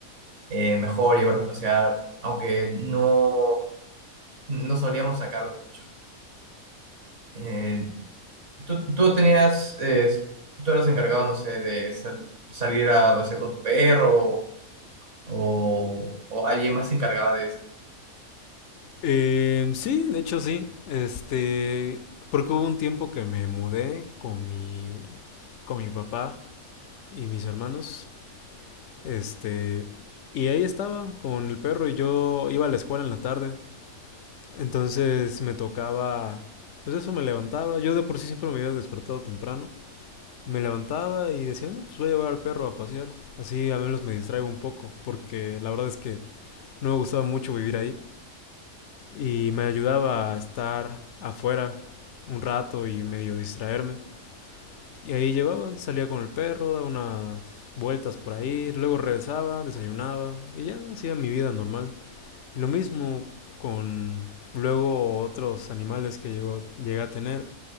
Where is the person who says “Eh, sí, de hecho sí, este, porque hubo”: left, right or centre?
Left